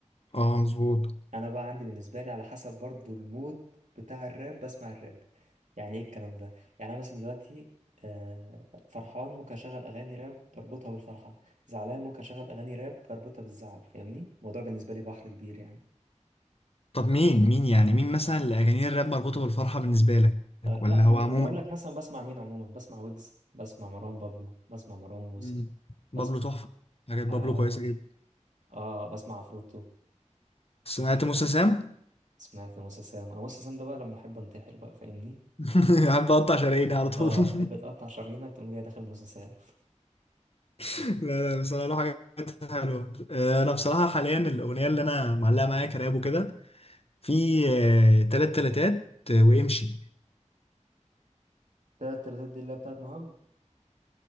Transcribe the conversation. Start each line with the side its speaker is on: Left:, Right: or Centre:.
Left: اه مظبوط
Right: انا بقى عندي بالنسبه لي على حسب برضو المود بتاع الراب بسمع الراب يعني ايه الكلام ده يعني انا مثلا دلوقتي آه فرحان ممكن اشغل اغاني راب بربطها بالفرحه زعلان ممكن اشغل اغاني راب بربطها بالزعل فاهمني الموضوع بالنسبه لي بحر كبير يعني
Left: طب مين مين يعني مين مثلا اللي اغاني الراب مربوطه بالفرحه بالنسبه لك
Right: آه لا
Left: ولا
Right: ما
Left: هو
Right: أنا-
Left: عموما
Right: لو اقول لك مثلا بسمع مين عموما بسمع ويجز بسمع مروان بابلو بسمع مروان موسى
Left: مم.
Right: بسمع
Left: بابلو تحفه حاجات بابلو
Right: آه,
Left: كويسه جدا
Right: اه بسمع عفروتو
Left: سمعت موسى سام
Right: سمعت موسى سام آه موسى سام ده بقى لما احب انتحر بقى فاهمني
Left: <laughs> قاعد بقطع شراييني على طول
Right: اه
Left: <laughs>
Right: تحب تقطع شرايينك تقوم جاي داخل موسى سام
Left: لا لا بصراحه له حاجات حلوه آه، انا بصراحه حاليا الاغنيه اللي انا معلقه معايا كراب وكده في آه، تلات تلاتات آه، وامشي
Right: تلات تلاتات دي اللي هي بتاعت مهاب